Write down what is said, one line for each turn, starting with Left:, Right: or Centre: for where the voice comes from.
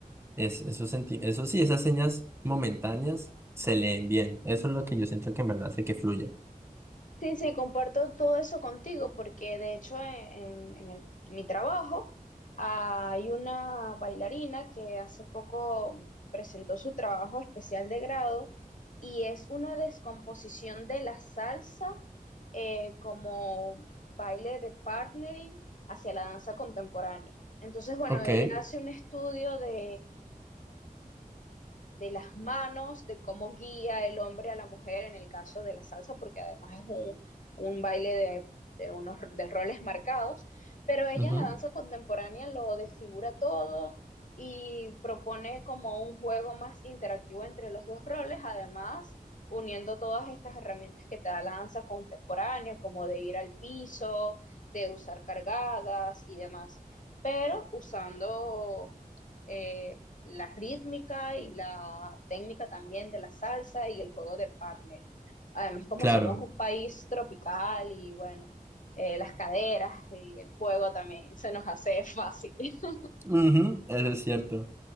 Right: es- esos, senti- eso sí, esas señas momentáneas se leen bien. Eso es lo que yo siento que en verdad hace que fluya.
Left: Sí, sí, comparto todo eso contigo porque de hecho en, en- en el- mi trabajo hay una bailarina que hace poco presentó su trabajo especial de grado y es una descomposición de la salsa eh, como baile de partnering hacia la danza contemporánea. Entonces, bueno,
Right: Ok,
Left: ella hace un estudio de, de las manos, de cómo guía el hombre a la mujer en el caso de la salsa, porque además es un, un baile de, de, unos de roles marcados, pero ella
Right: ujú,
Left: en la danza contemporánea lo desfigura todo y propone como un juego más interactivo entre los dos roles, además uniendo todas estas herramientas que te da la danza contemporánea, como de ir al piso, de usar cargadas y demás, pero usando eh, la rítmica y la técnica también de la salsa y el juego de partnering. Además, como
Right: claro.
Left: somos un país tropical y bueno, eh, las caderas y el juego también se nos hace fácil. <laughs>
Right: Ujú, eso es cierto.